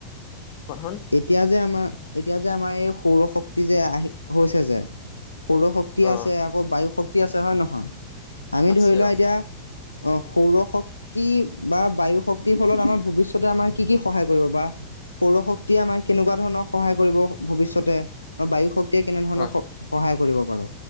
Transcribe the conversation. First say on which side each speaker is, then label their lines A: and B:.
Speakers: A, on the left (about 45°); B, on the left (about 80°).
A: কখন
B: অ এতিয়া যে আমাৰ, এতিয়া যে-আমাৰ এই সৌৰশক্তি যে আহি হৈছে যে! সৌৰশক্তি শক্তি
A: অ
B: আছে আকৌ বায়ু শক্তি আছে হয়নে নহয়? আমি
A: আছে
B: ধৰি লোৱা
A: অ
B: এতিয়া অ সৌৰ শক্তি বা বায়ু শক্তিৰ ফলত আমাৰ ভৱিষ্যতে আমাৰ কি কি সহায় কৰিব বা সৌৰ শক্তিয়ে, আমাক কেনেকুৱা ধৰণৰ সহায় কৰিব ভৱিষ্যতে বা বায়ু শক্তি য়ে, কেনেধৰণৰ
A: হয়
B: স সহায় কৰিব বাৰু